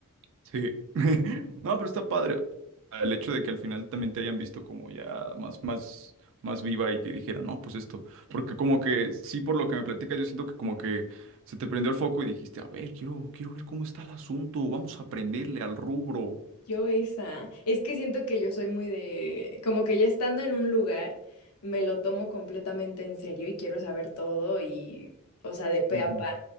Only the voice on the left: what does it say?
Yo esa. Es que siento que yo soy muy de, como que ya estando en un lugar, me lo tomo completamente en serio y quiero saber todo y, o sea, de pe
a pa.